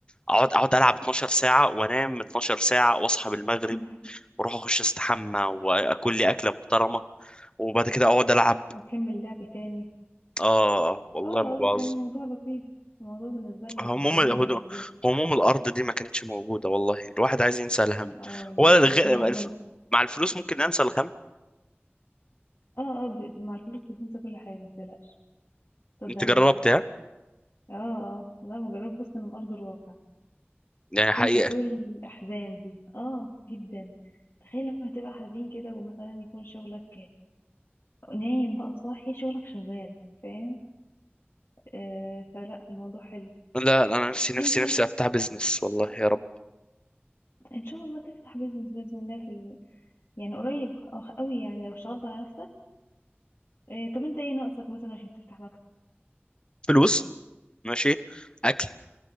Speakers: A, on the left (about 25°); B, on the left (about 65°).
A: اقعد اقعد العب 12 ساعة وانام 12 ساعة واصحى بالمغرب
B: <laughs>
A: واروح اخش استحمى واكل لي اكلة محترمة وبعد كده اقعد العب
B: وكمل لعب تاني
A: اه والله
B: اه
A: ما باظ
B: كان الموضوع لطيف الموضوع بالنسبة لنا
A: هموم
B: كان كلنا
A: ال-
B: لطيف
A: هموم الارض دي ما كانتش موجودة والله الواحد عايز ينسى الهم
B: اه والله
A: هو الغ-
B: احنا اول
A: الف-
B: ما
A: مع الفلوس ممكن انسى الهم
B: اه اه ب- مع الفلوس بتنسى كل حاجة متقلقش صدقني
A: انت جربتها
B: اه اه لا مجرد بص انا من ارض الواقع
A: يعني
B: هتنسى
A: حقيقة
B: كل الأحزان دي اه جدا تخيل لما تبقى حزين كده ومثلا يكون شغلك آه، نايم بقى صاحي شغلك شغال فاهم آه فلا الموضوع حلو
A: لا لا، انا نفسي نفسي
B: انت
A: نفسي افتح بيزنس والله يا رب
B: ان شاء الله تفتح بيزنس بإذن الله في ال... يعني قريب خ- قوي يعني لو اشتغلت على نفسك آه طب انت ايه ناقصك مثلا عشان تفتح مكتب
A: فلوس ماشي اكل